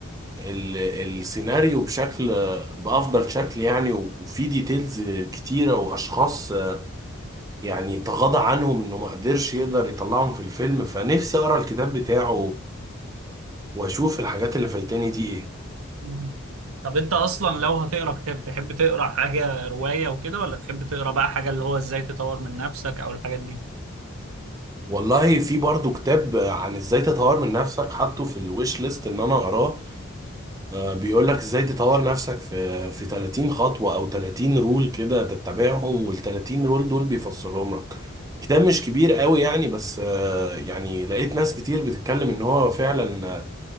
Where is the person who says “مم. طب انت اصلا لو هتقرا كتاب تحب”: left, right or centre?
Right